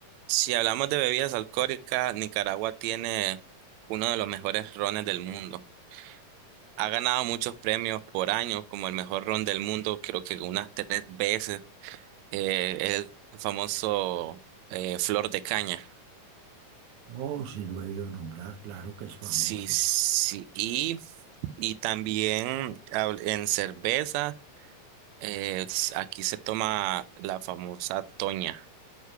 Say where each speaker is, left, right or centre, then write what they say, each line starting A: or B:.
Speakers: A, on the right (about 85°); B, on the right (about 70°).
A: si hablamos de bebidas alcohólicas, Nicaragua tiene uno de los mejores rones del mundo. Ha ganado muchos premios por año, como el mejor ron del mundo, creo que unas tres veces. Eh, el famoso eh, Flor de Caña.
B: Oh, sí lo he oído nombrar, claro que es famoso.
A: Sí, sí. Y, y también hab- en cerveza, eh, s- aquí se toma la famosa Toña